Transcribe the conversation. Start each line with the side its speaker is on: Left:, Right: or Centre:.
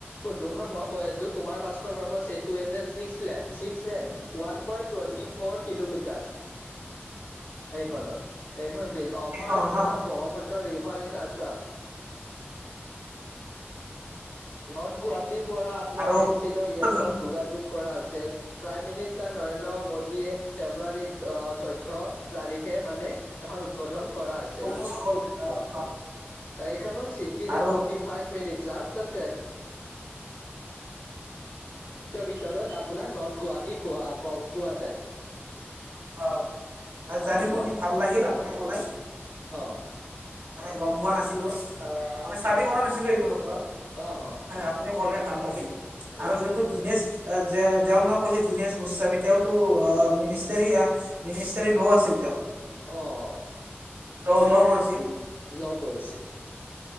Left: যোনখন মই কৈ আছো Kumar Bhaskar Barman Setu N date six lane six lane one point twenty four kilometre এইখনত এইখন ব্ৰিজ অভাৰ
Right: কেইখনত
Left: দা
Right: ন
Left: এটা Brahmaputra river in Assam. North গুৱাহাটীৰ পৰা আপোনাৰ
Right: আৰু
Left: ফেঞ্চি লৈ ইয়াৰ
Right: হয়
Left: যোগা যুগ কৰা হৈছে প্ৰাইম মিনিষ্টাৰ নৰেন্দ্ৰ মোডীয়ে ফেব্ৰুৱাৰীত আহ চৈধ্য় তাৰিখে মানে এখন উদ্বোধন কৰা হৈছে।
Right: <unintelligible>
Left: <unintelligible> আহ, সাত-সাত-সাতৰ
Right: আৰু
Left: পৰা দহ মিনিটৰ ভিতৰত আপোনাৰ নৰ্থ গুৱাহাটী <unintelligible> পোৱা যায়। <inaudible>
Right: অ',
Left: হয়
Right: জানি শুনি
Left: ন
Right: ভাল লাগিল, আপুনি ক'লে।
Left: অ'।
Right: মানে পোৱা নাছিলো, অ, মানে ষ্টাডি কৰা নাছিলো এইটোৰ ওপৰত।
Left: অ' অ'
Right: আপুনি ক'লে ভাল লাগিল,
Left: ভাল
Right: আৰু
Left: লাগে।
Right: যোনটো দীনেশ, যাৰ নাম কৈছে দীনেশ গোস্বামী, তেওঁতো অ মি মিনিষ্টাৰী, মিনিষ্টাৰী ল' আছিল তেওঁ।
Left: অ।
Right: <unintelligible> ল' পঢ়িছিল!
Left: ল' পঢ়িছিল।